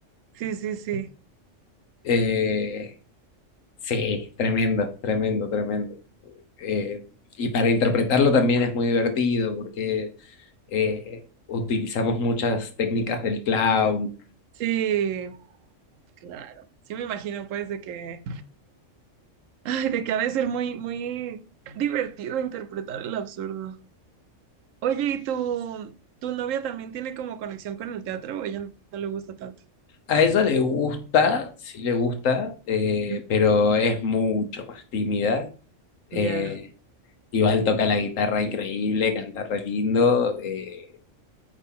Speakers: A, on the right; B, on the left.
A: sí, sí, sí.
B: Eh, Sí, tremendo, tremendo, tremendo. Eh, y para interpretarlo también es muy divertido porque eh, utilizamos muchas técnicas del clown.
A: Sí, claro. Sí me imagino pues de que, ay, de que ha de ser muy, muy divertido interpretar el absurdo. Oye, ¿y tu, tu novia también tiene como conexión con el teatro o ella no, no le gusta tanto?
B: A ella le gusta, sí le gusta, eh,
A: Ujú,
B: pero es mucho más tímida. Eh,
A: Ya.
B: igual toca la guitarra increíble, canta re lindo. eh,